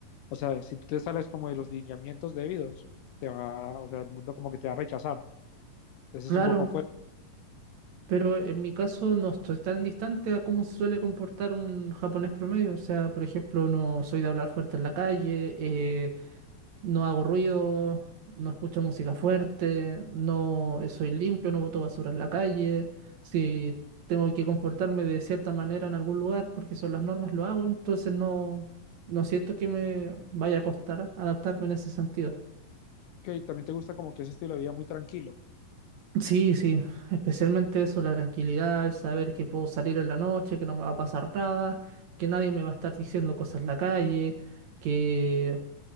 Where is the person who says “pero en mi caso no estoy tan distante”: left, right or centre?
Right